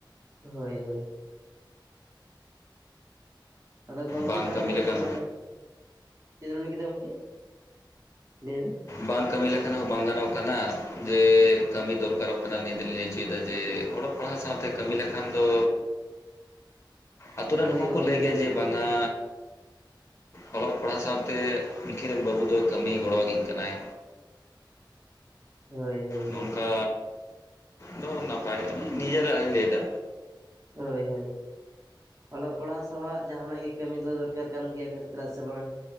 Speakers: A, on the right; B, on the left.
A: ᱦᱳᱭ ᱦᱳᱭ᱾ ᱟᱫᱚ ᱜᱚᱢᱠᱮ
B: ᱵᱟᱝ
A: ᱛᱟᱦᱚᱞᱮ
B: ᱠᱟᱹᱢᱤ ᱞᱮᱠᱷᱟᱱ
A: ᱱᱚᱜᱼᱚᱭ, ᱪᱮᱫ ᱮᱢ ᱞᱟᱹᱭ ᱠᱮᱫᱟ ᱜᱚᱢᱠᱮ? ᱞᱟᱹᱭ ᱢᱮ,
B: ᱵᱟᱝ ᱠᱟᱹᱢᱤ ᱞᱮᱠᱷᱟᱱ ᱦᱚᱸ ᱵᱟᱝ ᱜᱟᱱᱚᱜ ᱠᱟᱱᱟ, ᱡᱮ ᱠᱟᱹᱢᱤ ᱫᱚᱨᱠᱟᱨᱚᱜ ᱠᱟᱱᱟ ᱱᱤᱭᱟᱹ ᱫᱚᱞᱤᱧ ᱞᱟᱹᱭ ᱚᱪᱚᱭᱮᱫᱟ ᱡᱮ ᱚᱲᱚ ᱚᱱᱟ ᱥᱟᱶᱛᱮ ᱠᱟᱹᱢᱤ ᱞᱮᱱᱠᱷᱟᱱ ᱫᱚ ᱟᱛᱩ ᱨᱮᱱ
A: ᱦᱳᱭ
B: ᱦᱚᱸᱠᱚ
A: ᱜᱚᱢᱠᱮ
B: ᱞᱟᱹᱭ ᱜᱮᱭᱟ
A: ᱦᱳᱭ
B: ᱡᱮ ᱵᱟᱝ ᱟ ᱚᱞᱚᱜ ᱯᱟᱲᱦᱟᱣ ᱥᱟᱶᱛᱮ ᱩᱱᱠᱤᱱ ᱨᱮᱱ ᱵᱟᱹᱵᱩ ᱫᱚᱭ ᱠᱟᱹᱢᱤ ᱜᱚᱲᱚᱣᱟ ᱠᱤᱱ ᱠᱟᱱᱟᱭ᱾
A: ᱦᱳᱭ ᱦᱳᱭ
B: ᱱᱚᱝᱠᱟ
A: ᱦᱳᱭ
B: ᱫᱚ ᱱᱟᱯᱟᱭ ᱱᱤᱡᱮᱨᱟᱜ ᱨᱤᱧ ᱞᱟᱹᱭᱫᱟ᱾
A: ᱦᱳ‌‌. ᱭ ᱦᱳ. ᱭ᱾ ᱚᱞᱚᱜ ᱯᱟᱲᱦᱟᱣ ᱥᱟᱞᱟᱜ ᱡᱟᱦᱟᱱᱟᱜ ᱜᱮ ᱠᱟᱹᱢᱤ ᱫᱚ ᱫᱚᱨᱠᱟᱨ ᱠᱟᱱ ᱜᱮᱭᱟ ᱪᱮᱫᱟᱜ ᱥᱮ ᱵᱟᱝ